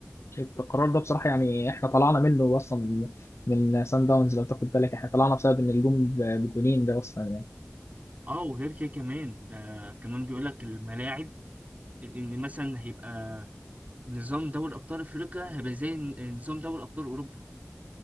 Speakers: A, on the left; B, on the right.
A: القرار ده بصراحة يعني احنا طلعنا منه اصلا من من سان داونز لو تاخد بالك احنا طلعنا بسبب ان الجون ب- بجونين ده اصلا يعني
B: اه وغير كده كمان ده كمان بيقول لك الملاعب لان مثلا هيبقى نظام دوري ابطال افريقيا هيبقى زي ن- نظام دوري ابطال اوروبا